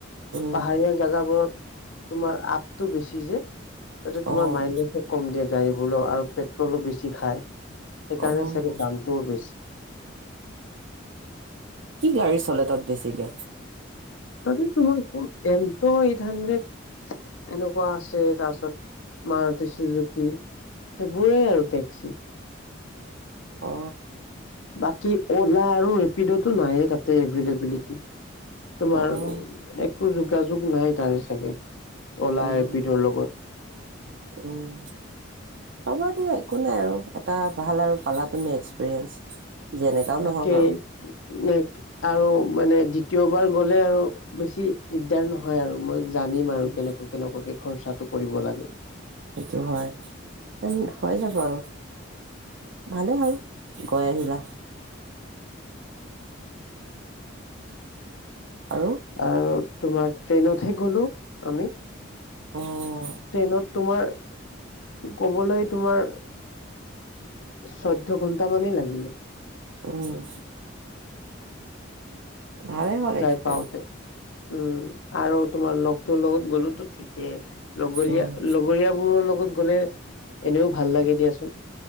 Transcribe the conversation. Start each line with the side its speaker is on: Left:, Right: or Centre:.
Right: উম,
Left: পাহাৰীয়া জাগাবোৰত তোমাৰ আপটো বেছি যে। তাতে
Right: অ',
Left: তোমাৰ মাইলেজো কম দিয়ে গাড়ীবোৰ ন আৰু পে'ট্ৰলো বেছি খায়। সেইকাৰণে
Right: অ',
Left: চাগে দামটোও বেছি।
Right: কি গাড়ী চলে তাত বেছিকে?
Left: তাতে তোমাৰটো এলটো এইটহান্ড্ৰড এনেকুৱা আছে, তাৰ পিছত মাৰুতি চুজুকি সেইবোৰেই আৰু টেক্সি।
Right: অ।
Left: বাকী, অ'লা আৰু ৰেপিডোটো ল'লেই তাতে এভেইলেবিলিটি। তোমাৰ
Right: অ',
Left: এক একো যোগাযোগ নাই তাৰ চাগে, অ'লা
Right: উম,
Left: ৰেপিডৰ লগত।
Right: উম। হ'ব দিয়া একো নাই আৰু, এটা ভাল আৰু পালা তুমি এক্সপেৰিয়েঞ্চ, যেনেকুৱাও
Left: তাকে
Right: নহওক আৰু।
Left: নে আৰু মানে দ্বিতীয়বাৰ গ'লে আৰু বেছি দিগদাৰ নহয় আৰু, মই জানিম
Right: উম,
Left: আৰু কেনেকুৱা-কেনেকুৱাকে খৰচাটো কৰিব লাগে।
Right: সেইটো হয়, সেই হয় যাব আৰু। ভালে হ'ল, গৈ আহিলা। আৰু!
Left: আৰু তোমাৰ ট্ৰেইনতহে গ'লো আমি,
Right: অ',
Left: ট্ৰেইনত তোমাৰ, ক'বলৈ তোমাৰ চৈধ্য ঘন্টা মানেই লাগিলে।
Right: উম। ভালেই হ'ল
Left: যাই
Right: এক্সপিৰিয়েঞ্চ
Left: পাওঁতে, উম, আৰু তোমাৰ লগটো লগত গ'লোতো ঠিকেই, লগৰীয়া-লগৰীয়া
Right: উম,
Left: বোৰৰ লগত গ'লে এনেও ভাল লাগে, দিয়াচোন।